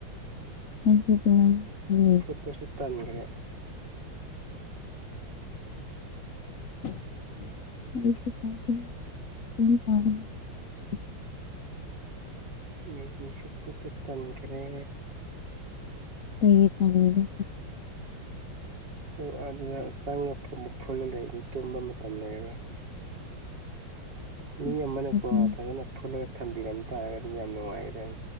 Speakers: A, on the left; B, on the right.
A: <inaudible>
B: ꯐꯨꯠꯄꯁꯨ <inaudible>
A: ꯑꯩꯁꯨ ꯆꯪ ꯇꯞꯄꯦ <unintelligible>
B: ꯃꯦꯒꯤ ꯐꯨꯠꯄ ꯇꯟꯈ꯭ꯔꯦ
A: ꯀꯩꯒꯤ ꯇꯟꯂꯤꯅꯣ
B: ꯑꯦ ꯑꯗꯨꯗ ꯆꯪꯉ ꯑꯃꯨꯛ ꯐꯨꯜꯂ ꯂꯩꯗꯤ ꯇꯨꯝꯕ ꯃꯇꯝ ꯂꯩꯔꯔꯣꯏ ꯃꯤ
A: ꯑꯁ
B: ꯑꯃꯅꯀꯣ
A: ꯑꯗꯨꯅ
B: ꯐꯖꯅ ꯐꯨꯠꯂꯒ ꯊꯝꯕꯤꯔꯝ ꯇꯥꯔꯒꯗꯤ ꯌꯥꯝ ꯅꯨꯡꯉꯥꯏꯅꯤ